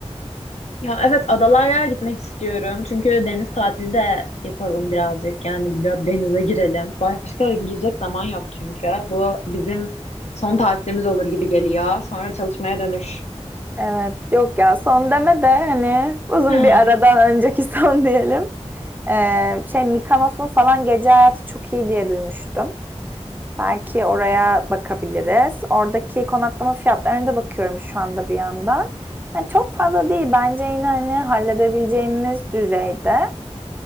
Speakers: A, on the left; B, on the right.
A: Ya evet adalara gitmek istiyorum. Çünkü deniz tatili de yapalım birazcık. Yani bir de denize girelim. Başka girecek zaman yok çünkü. Bu bizim son tatilimiz olur gibi geliyor. Sonra çalışmaya dönüş.
B: Evet, yok ya son deme de hani uzun
A: <sighs>
B: bir aradan önceki <laughs> son diyelim. Ee, şey Mikonos'un falan gece hayatı çok iyi diye duymuştum. Belki oraya bakabiliriz. Oradaki konaklama fiyatlarına da bakıyorum şu anda bir yandan. Yani çok fazla değil bence yine hani halledebileceğimiz düzeyde.